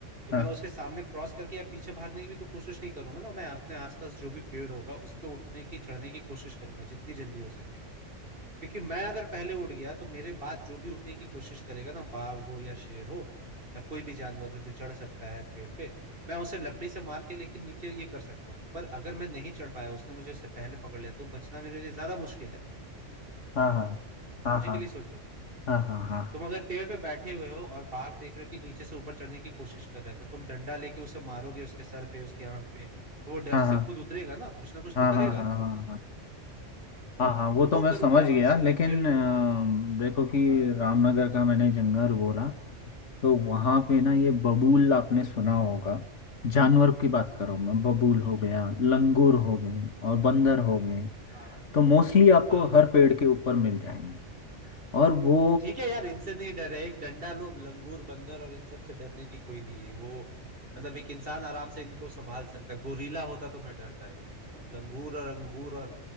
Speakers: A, on the right; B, on the left.
A: तो मैं
B: हाँ
A: उसके सामने क्रॉस करके या पीछे भागने की भी तो कोशिश नहीं करूंगा ना मैं अपने आसपास जो भी पेड़ होगा उस पर उठने की चढ़ने की कोशिश करूंगा जितनी जल्दी हो सके क्योंकि मैं अगर पहले उड़ गया तो मेरे बाद जो भी उठने की कोशिश करेगा ना बाघ हो या शेर हो या कोई भी जानवर हो जो चढ़ सकता है पेड़ पे मैं उसे लकड़ी से मार के लेकिन नीचे ये कर सकता हूँ पर अगर मैं नहीं चढ़ पाया उसने मुझे उससे पहले पकड़ लिया तो बचना मेरे लिए ज्यादा मुश्किल है
B: हाँ हाँ हाँ
A: लॉजिकली
B: हाँ
A: सोचो
B: हाँ हाँ
A: तुम अगर पेड़ पे बैठे हुए हो और बाघ देख रहे हो कि नीचे से ऊपर चढ़ने की कोशिश कर रहा है तो तुम डंडा लेके उसे मारोगे उसके सर पे उसके आंख पे तो वो डर
B: हाँ हाँ
A: से खुद उतरेगा ना कुछ ना कुछ
B: हाँ
A: तो करेगा
B: हाँ हाँ हाँ हाँ हाँ हाँ हाँ वो
A: तो
B: तो
A: वो
B: मैं
A: करूंगा
B: समझ गया
A: और सीधे
B: लेकिन
A: ट्रेल
B: अ,
A: को
B: देखो कि
A: हाँ
B: रामनगर
A: बताओ
B: का मैंने जंगल बोला तो वहाँ पे ना ये बबूल आपने सुना होगा जानवर की बात कर रहा हूँ मैं बबूल हो गया लंगूर हो गए और बंदर हो गए
A: हाँ
B: तो मोस्टली आपको
A: हाँ
B: हर पेड़ के ऊपर मिल जाएंगे और वो
A: ठीक है यार इनसे नहीं डर है एक डंडा लोग लंगूर बंदर और इन सब से डरने की कोई नहीं है वो मतलब एक इंसान आराम से इनको संभाल सकता है गोरीला होता तो मैं डरता यार अब लंगूर और अंगूर और